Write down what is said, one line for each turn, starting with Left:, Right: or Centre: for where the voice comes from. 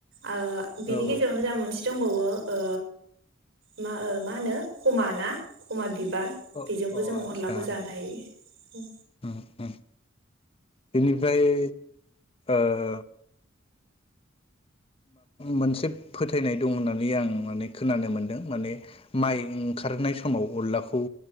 Right: ओ बिनि
Left: औ
Right: गेजेरावनो
Left: औ
Right: जा मोनसे दंबावो ओ मा मा होनो खमा ना खमा बि बार
Left: अ
Right: बेजोंबो
Left: अ
Right: जो
Left: आदसा
Right: अनलाखौ जानो हायो
Left: उम उम बेनिफ्राय ओ मोनसे फोथायनाय दं होननानै आं माने खोनानो मोनदों माने माइ ओंखारनाय समाव अनलाखौ